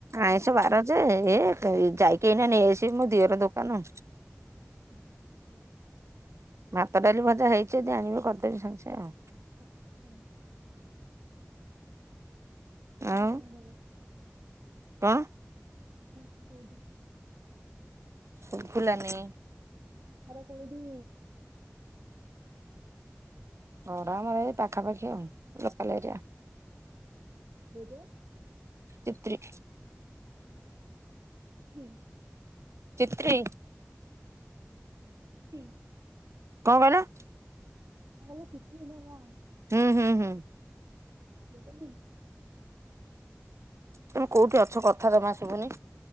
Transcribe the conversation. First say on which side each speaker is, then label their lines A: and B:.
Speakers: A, on the right (about 65°); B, on the right (about 85°).
A: ଆଇଁଷ
B: ଟା।
A: ବାର ଯେ, ହେ ଯାଇକି ଏଇନା ନେଇଆସିବି ମୋ ଦିଅର ଦୋକାନ।
B: <unintelligible>
A: ଭାତ, ଡାଲି, ଭଜା ହେଇଛି ଯଦି ଆଣିବି କରିଦେବି ସାଙ୍ଗେ ସଙ୍ଗେ ଆଉ।
B: <unintelligible> କୋଉଠି
A: ଆଉ
B: ତମ ଘର?
A: କଣ?
B: ତମ ଘରଟା କୋଉଠି?
A: ଶୁଭିଲାନି।
B: ତମ ଘର କୋଉଠି?
A: ଘର ଆମର ଏଇ ପାଖାପାଖି ଆଉ, ଲୋକାଲ ଏରିଆ।
B: ଦୁରିଆ?
A: ତିତ୍ରି।
B: ତିତିରି?
A: ତିତ୍ରୀ?
B: ପିପିଲି?
A: କଣ କହିଲ?
B: ମୁଁ କହିଲି ତିତଲି ନା କଣ?
A: ହୁଁ ହୁଁ ହୁଁ।
B: <unintelligible>
A: ତମେ କୋଉଠି ଅଛ କଥା ଜମା ଶୁଭୁନି।